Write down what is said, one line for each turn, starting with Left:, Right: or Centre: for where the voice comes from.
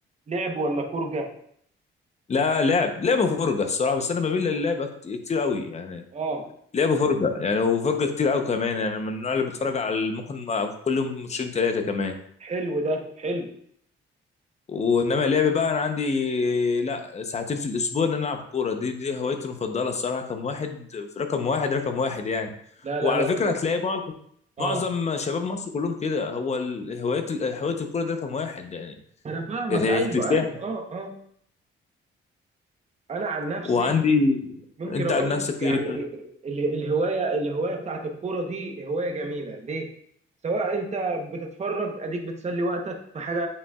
Right: لعب ولا فرجة
Left: لا لعب لعب وفرجه الصراحه بس انا بميل للعب كت- كتير قوي يعني
Right: اه
Left: لعب وفرجه يعني وفرجه كتير قوي كمان يعني من النوع اللي بتفرج على ممكن مع- كل يوم ماتشين ثلاثه كمان
Right: حلو ده حلو
Left: وانما اللعب بقى انا عندي لا ساعتين في الاسبوع ان انا العب كوره دي دي هوايتي المفضله الصراحه رقم واحد في رقم واحد رقم واحد يعني
Right: لا لا
Left: وعلى
Right: لا
Left: فكره
Right: بجد
Left: هتلاقي معظم
Right: اه
Left: معظم شباب مصر كلهم كده هو ال- هوايه ال- هوايه الكوره دي رقم واحد يعني
Right: انا فاهمك
Left: يعني هي
Right: ايوه
Left: اكتساح
Right: ايوه اه اه انا عن نفسي
Left: وعندي
Right: ممكن
Left: انت
Right: اقول
Left: عن نفسك
Right: لك يعني
Left: ايه طيب
Right: ال- الهوايه الهوايه بتاعت الكوره دي هوايه جميله ليه سواء انت بتتفرج اديك بتسلي وقتك في حاجه